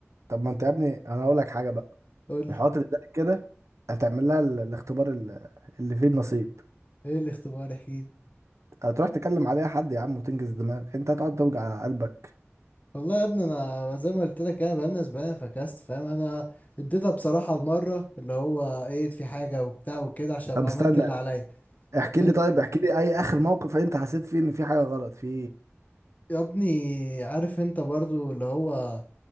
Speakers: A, on the right; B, on the left.
A: طب ما انت يا ابني انا هقول لك حاجة بقى
B: قول
A: في
B: لي
A: الحوارات اللي زي كده هتعمل لها ال- الاختبار ال- اللي فيه النصيب
B: ايه الاختبار احكيلي
A: هتروح تكلم عليها حد يا عم وتنجز دماغك انت هتقعد توجع قلبك
B: والله يا ابني انا زي ما قلت لك انا بقالنا اسبوعين فكست فاهم انا اديتها بصراحه المره اللي هو ايه في حاجه وبتاع وكده عشان ابقى
A: طب استنى
B: عملت اللي عليا
A: احكي
B: فاهم
A: لي طيب احكي لي اي اخر موقف انت حسيت فيه ان في حاجه غلط في
B: يا ابني عارف انت برضو اللي هو